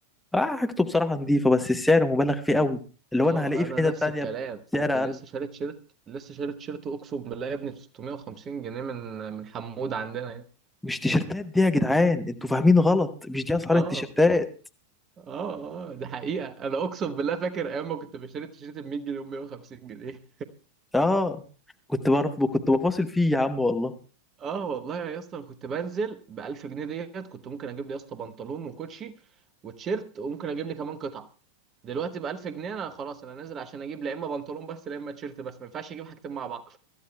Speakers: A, in the centre; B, on the right (about 25°).
A: اه حاجته بصراحه نظيفه بس السعر مبالغ فيه قوي اللي
B: اه
A: هو انا هلاقيه في
B: انا
A: حته
B: نفس
A: تانية
B: الكلام
A: بسعر اقل
B: لسه شاري تيشيرت لسه شاري تيشيرت اقسم بالله يا ابني ب 650 جنيه من من حمود عندنا يعني.
A: مش تيشيرتات دي يا جدعان انتوا فاهمين غلط مش دي اسعار
B: اه
A: التيشيرتات
B: اه اه ده حقيقة انا اقسم بالله فاكر ايام ما كنت بشتري التيشيرت ب 100 جنيه و 150 جنيه
A: اه كنت بعرف كنت بفاصل فيه يا عم والله
B: <laughs> اه والله يا اسطى انا كنت بنزل ب 1000 جنيه ديت كنت ممكن اجيب لي يا اسطى بنطلون وكوتشي وتيشيرت وممكن اجيب لي كمان قطعة دلوقتي ب 1000 جنيه انا خلاص انا نازل عشان اجيب لا اما بنطلون بس لا اما تيشيرت بس ما ينفعش اجيب حاجتين مع بعض